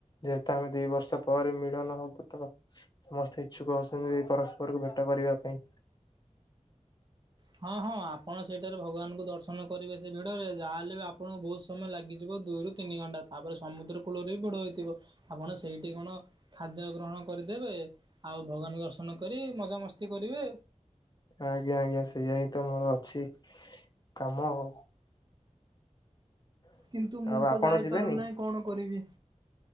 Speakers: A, on the left; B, on the right.
A: ଯେହେତୁ ଆମେ ଦି ବର୍ଷ ପରେ ମିଳନ ହବୁ ତ ସମସ୍ତେ ଇଛୁକ ଅଛନ୍ତି। ପରସ୍ପରକୁ ଭେଟ କରିବା ପାଇଁ।
B: ହଁ ହଁ ଆପଣ ସେଇଠାରେ ଭଗବାନଙ୍କୁ ଦର୍ଶନ କରିବେ ସେ ଭିଡରେ ଯାହାହେଲେ ବି ଆପଣଙ୍କୁ ବହୁତ ସମୟ ଲାଗିଯିବ ଦୁଇ ରୁ ତିନି ଘଣ୍ଟା ତାପରେ ସମୁଦ୍ର କୂଳରେ ବି ବଡ଼ ହୋଇଥିବ ଆପଣ ସେଇଠି କଣ ଖାଦ୍ୟ ଗ୍ରହଣ କରିଦେବେ ଆଉ ଭଗବାନ ଦର୍ଶନ କରି ମଜା ମସ୍ତି କରିବେ
A: ଆଜ୍ଞା ଆଜ୍ଞା ସେଇଆ ହିଁ ତ ମୋର ଅଛି କାମ ଆଉ।
B: କିନ୍ତୁ ମୁଁ
A: ଆଉ
B: ତ
A: ଆପଣ
B: ଯାଇପାରୁନାହିଁ
A: ଯିବେନି
B: କଣ କରିବି?